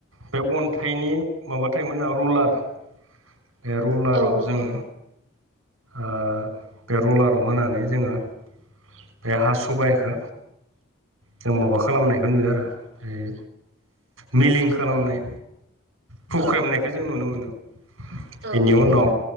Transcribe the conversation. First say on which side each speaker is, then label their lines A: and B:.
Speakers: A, on the right (about 75°); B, on the right (about 60°).
A: बे अन्थाइनि माबा थायोमोनना रलार बे रलाराव
B: औ नंगौ
A: जोङो ओ बे रलाराव होनानै जोङो बे हा सबाइखो जों माबा खालामनायखौ नुयो आरो ओमफाय मिलिं खालामनाय। फुख्रेमनायखौ
B: औ
A: जों नुनो मोनो
B: औ
A: बेनि
B: नंगौ
A: उनाव